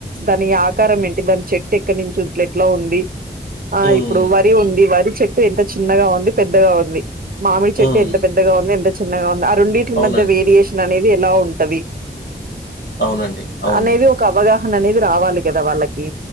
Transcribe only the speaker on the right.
దాని ఆకారం ఏంటి దాని చెట్ ట్టేక్కడి నుంచి ఏట్ల ఉంది ఆ
ఇప్పుడు వరి ఉంది వరి చెట్ ట్టు ఎంత చిన్నగా ఉంది పెద్దగా ఉంది మామిడి
చెట్టు ఎంత పెద్దగా ఉంది ఎంత చిన్నగా ఉంది అ రెండిట్ కి
మధ్య వేరియేషన్ అనేది ఎలా ఉంటది
అనేది ఒక అవగాహన అనేది రావాలి కదా వాళ్ళకి